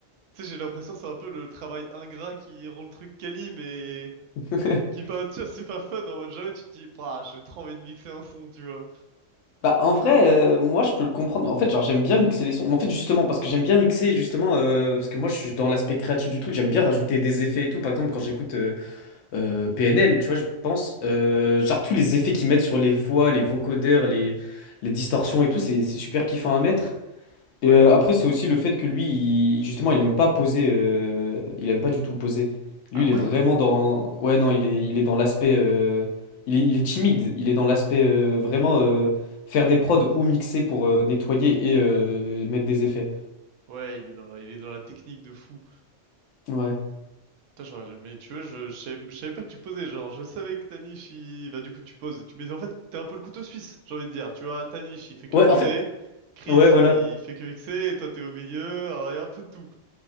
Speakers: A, on the right (about 80°); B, on the left (about 80°).
A: Tu sais, j'ai l'impression que c'est un peu le travail ingrat qui rend le truc quali, mais
B: <laughs>
A: qui est pas. Tu vois, c'est pas fun en mode jamais tu te dis, ah, j'ai trop envie de mixer un son, tu vois.
B: Bah en vrai, euh, moi je peux le comprendre. En fait, genre j'aime bien mixer les sons. En fait, justement, parce que j'aime bien mixer, justement, euh, parce que moi je suis dans l'aspect créatif du truc, j'aime bien rajouter des effets et tout. Par exemple, quand j'écoute euh, euh, PNL, tu vois, je pense, euh, genre tous les effets qu'ils mettent sur les voix, les vocodeurs, les, les distorsions et tout, c'est c'est super kiffant à mettre.
A: Ouais.
B: Et euh, après, c'est aussi le fait que lui, il- justement, il aime pas poser. euh, il aime pas du tout poser. Lui,
A: Ah
B: il
A: ouais?
B: est vraiment dans. Ouais, non, il est, il est dans l'aspect. euh, il est, il est timide. Il est dans l'aspect euh, vraiment euh, faire des prods ou mixer pour euh, nettoyer et euh, mettre des effets.
A: Ouais, il est dans, il est dans la technique de fou.
B: Ouais.
A: Putain, j'aurais jamais- Mais tu vois, je, je savais, je savais pas que tu posais. Genre, je savais que Tanich, il... Bah, du coup, tu poses. et tu... Mais en fait, t'es un peu le couteau suisse, j'ai envie de dire. Tu vois, Tanich, il fait que
B: Ouais,
A: poser.
B: en fait.
A: Chris,
B: Ouais, voilà.
A: il fait que mixer. Et toi, t'es au milieu. Alors, il y a un peu de tout.